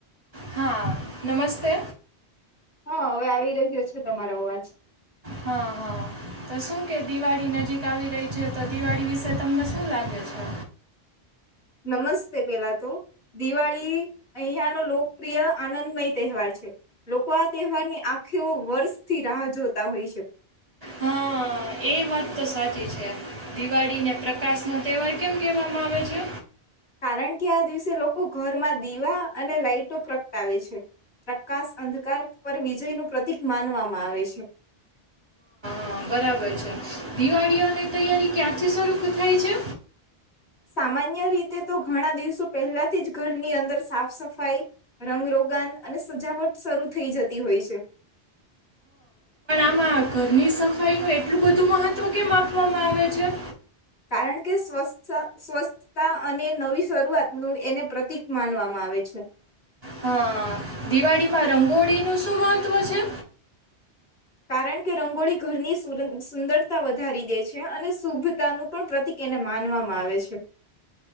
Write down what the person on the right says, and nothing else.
હા નમસ્તે.
હા હા તો શું કે દિવાળી નજીક આવી રહી છે તો દિવાળી વિશે તમને શું લાગે છે.
હા એ વાત તો સાચી છે દિવાળીને પ્રકાશનો તહેવાર કેમ કહેવામાં આવે છે.
હ બરાબર છે દિવાળીઓની તૈયારી ક્યાંથી સ્વરૂપ થાય છે.
મા ઘરની સફાઈનું એટલું બધું મહત્વ કેમ આપવામાં આવે છે?
હા દિવાળીમાં રંગોળીનું શું મહત્વ છે?